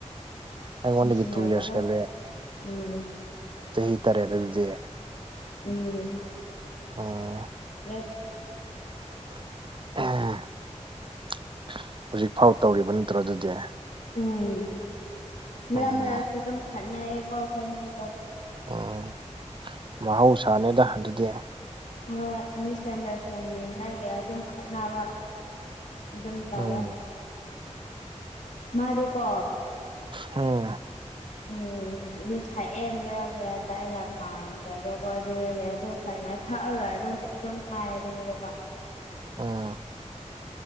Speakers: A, on the right; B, on the left.
A: ꯑꯩꯉꯣꯟꯗꯒꯤ
B: ꯃꯦꯆ ꯅꯕꯒ
A: ꯇꯨ ꯌꯔꯁ ꯍꯦꯜꯂꯦ
B: ꯎꯝ
A: ꯆꯍꯤ ꯇꯔꯦꯠ ꯑꯗꯨꯗꯤ
B: ꯎꯝ
A: ꯎꯝ
B: <unintelligible>
A: <unintelligible> ꯍꯧꯖꯤꯛ ꯐꯥꯎ ꯇꯧꯔꯤꯕ ꯅꯠꯇ꯭ꯔꯣ ꯑꯗꯨꯗꯤ
B: ꯎꯝ ꯃꯔꯛ
A: ꯎꯝ
B: ꯃꯔꯥꯛꯁꯨ ꯑꯗꯨꯝ ꯈꯠꯅꯩꯌꯦꯀꯣ ꯑꯩꯈꯣꯏꯅꯤ ꯑꯗꯨꯝ
A: ꯎꯝ ꯃꯍꯧꯁꯥꯅꯦꯗ ꯑꯗꯨꯗꯤ
B: ꯍꯣꯏ ꯃꯤꯁ ꯑꯟꯗ꯭ꯔꯁꯇꯦꯟꯗꯒꯤ ꯑꯗꯨꯝ ꯈꯠꯅꯕ ꯖꯪ ꯇꯧꯋꯦ
A: ꯎꯝ
B: ꯃꯥꯗꯨ ꯀꯣ
A: ꯍꯝ
B: ꯎꯝ ꯑꯗꯨ ꯊꯥꯛꯑꯦ ꯃꯔꯛ ꯃꯔꯛꯇ ꯑꯩꯅ ꯄꯥꯝꯗꯕꯀꯣ ꯑꯗꯨꯗꯩꯗ ꯑꯗꯨꯝ ꯐꯖꯅ ꯊꯥꯛꯛꯑꯔꯒ ꯑꯗꯨꯝ꯫ ꯑꯗꯨꯝ ꯍꯥꯏꯔꯒꯅꯦꯕꯀ꯫
A: ꯑꯣ꯫